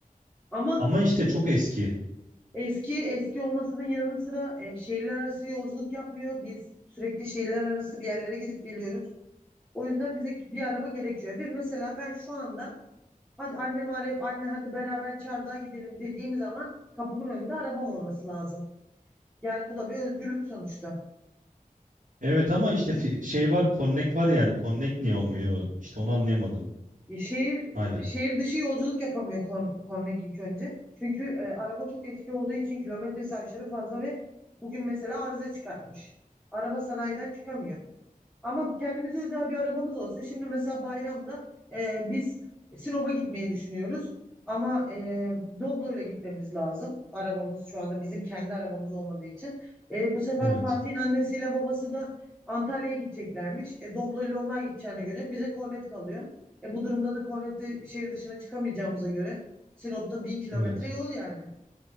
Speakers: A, in the centre; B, on the right (about 70°).
A: Ama
B: Ama işte çok eski.
A: eski eski olmasının yanı sıra e, şehirler arası yolculuk yapmıyor. Biz sürekli şehirler arası bir yerlere gidip geliyoruz. O yüzden bize bir araba gerekiyor. Ve mesela ben şu anda hadi annemi arayıp anne hadi beraber çardağa gidelim dediğim zaman kapımın önünde arabam olması lazım. Yani bu da bir özgürlük sonuçta.
B: Evet ama işte fi- şey var Connect var yani. Connect niye olmuyor? İşte onu anlayamadım
A: E, Şehir
B: hala.
A: e, şehir dışı yolculuk yapamıyor Korn- Kornek ilk önce. Çünkü e, araba çok eski olduğu için kilometresi aşırı fazla ve bugün mesela arıza çıkartmış. Araba sanayiden çıkamıyor. Ama kendimize özel bir arabamız olsa şimdi mesela bayramda e, biz Sinop'a gitmeyi düşünüyoruz. Ama e, Doblo'yla gitmemiz lazım. Arabamız şu anda bizim kendi arabamız olmadığı için. E, bu sefer
B: Evet.
A: Fatih'in annesiyle babası da Antalya'ya gideceklermiş. E, Doblo'yla onlar gideceğine göre bize kornet kalıyor. E, bu durumda da kornetli şehir dışına çıkamayacağımıza göre Sinop'ta bin kilometre
B: Evet.
A: yol yani.